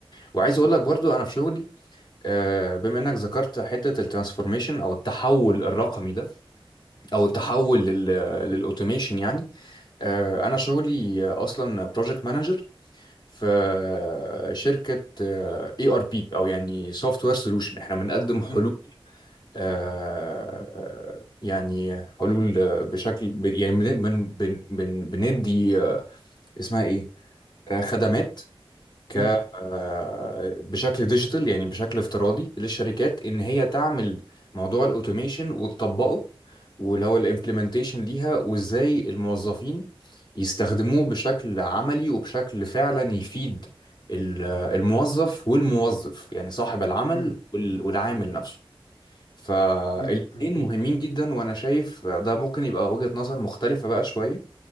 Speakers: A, on the left (about 50°); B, on the left (about 75°).
A: وعايز اقول لك برضو انا في شغلي آه، بما انك ذكرت حته الترانسفورميشن او التحول الرقمي ده او التحول للاوتوميشن يعني آه، أنا شغلي أصلا بروجكت مانجر في شركة اي ار بي أو يعني سوفت وير سولوشن احنا بنقدم حلول
B: مم،
A: آه، آه، يعني حلول آه، بشكل يعني بن بن بن بن- بندي آه، اسمها ايه آه، خدمات ك
B: مم،
A: آه، بشكل ديجيتال يعني بشكل افتراضي للشركات ان هي تعمل موضوع الاوتوميشن وتطبقه واللي هو الامبلمنتيشن ليها وازاي الموظفين يستخدموه بشكل عملي وبشكل فعلا يفيد ال- آه، الموظف والموظف يعني صاحب العمل
B: مم،
A: وال- والعامل نفسه فالاتنين
B: مم، مم.
A: مهمين جدا وانا شايف ده ممكن يبقى وجهة نظر مختلفة بقى شوية